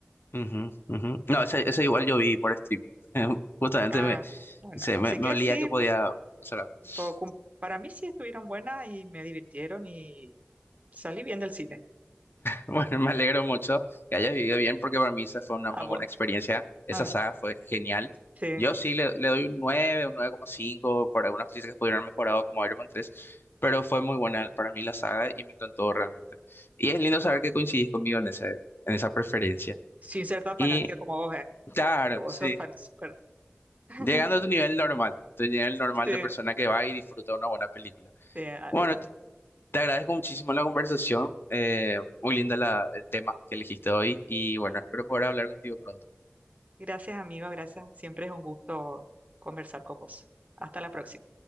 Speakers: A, on the left (about 60°); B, on the right (about 35°).
A: Ujú, ujú. No, ese, ese igual yo vi por stream. <laughs> Justamente
B: Ah,
A: me,
B: bueno,
A: se,
B: así
A: me, me
B: que
A: olía
B: sí,
A: que podía hacer algo.
B: tipo,
A: <laughs>
B: cum- para mí sí estuvieron buenas y me divirtieron y salí bien del cine.
A: Bueno, me alegro mucho que hayas vivido bien porque para mí esa fue una
B: Ah,
A: muy
B: bueno,
A: buena experiencia. Esa
B: ah,
A: saga fue genial.
B: sí,
A: Yo sí le, le doy un nueve un nueve coma cinco para algunas cosas que pudieron haber mejorado como Iron Man tres pero fue muy buena para mí la saga y me encantó realmente. Y es lindo saber que coincidís conmigo en ese, en esa preferencia.
B: sin ser tan
A: Y
B: fanática como vos, eh,
A: claro,
B: porque vos
A: sí.
B: sos fan súper. <laughs>
A: Llegando a tu nivel normal, tu nivel
B: Sí,
A: normal de persona que va y disfruta una buena película.
B: sí, ah,
A: Bueno,
B: eso.
A: te te agradezco muchísimo la conversación, eh, muy linda la, el tema que elegiste hoy y bueno, espero poder hablar contigo pronto.
B: Gracias, amigo, gracias. Siempre es un gusto conversar con vos. Hasta la próxima.